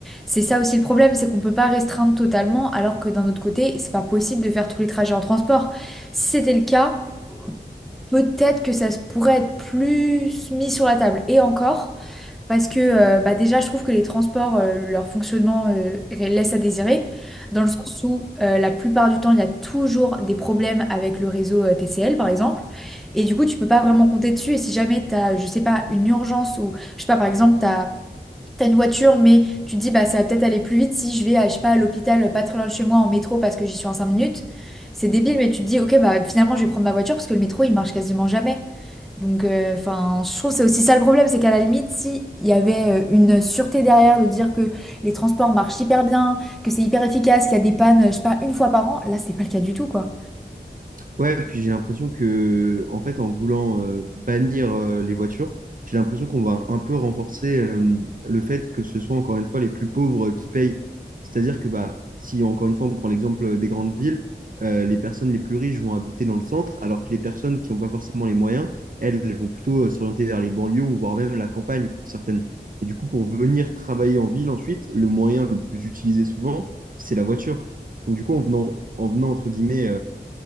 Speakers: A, in the centre; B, on the right.
A: C'est ça aussi le problème, c'est qu'on peut pas restreindre totalement, alors que d'un autre côté, c'est pas possible de faire tous les trajets en transport. Si c'était le cas peut-être que ça se pourrait être plus mis sur la table. Et encore, parce que euh, bah déjà, je trouve que les transports, euh, leur fonctionnement euh, laisse à désirer, dans le sens où euh, la plupart du temps, il y a toujours des problèmes avec le réseau euh, TCL, par exemple. Et du coup, tu peux pas vraiment compter dessus. Et si jamais tu as, je sais pas, une urgence ou, je sais pas, par exemple, tu as T'as une voiture, mais tu te dis, bah, ça va peut-être aller plus vite si je vais, à, je sais pas, à l'hôpital pas très loin de chez moi en métro parce que j'y suis en 5 minutes. C'est débile, mais tu te dis, ok, bah, finalement, je vais prendre ma voiture parce que le métro, il marche quasiment jamais. Donc, euh, enfin, je trouve que c'est aussi ça le problème, c'est qu'à la limite, si il y avait euh, une sûreté derrière de dire que les transports marchent hyper bien, que c'est hyper efficace, qu'il y a des pannes, euh, je sais pas, une fois par an, là, c'est pas le cas du tout, quoi.
B: Ouais, puis j'ai l'impression que, en fait, en voulant euh, bannir euh, les voitures, j'ai l'impression qu'on va un peu renforcer euh, le fait que ce soit encore une fois les plus pauvres euh, qui payent. C'est-à-dire que, bah, si encore une fois on prend l'exemple euh, des grandes villes, euh, les personnes les plus riches vont habiter dans le centre, alors que les personnes qui n'ont pas forcément les moyens, elles, elles vont plutôt euh, s'orienter vers les banlieues ou voire même la campagne pour certaines. Et du coup, pour venir travailler en ville ensuite, le moyen le plus utilisé souvent, c'est la voiture. Donc du coup, en venant, en venant entre guillemets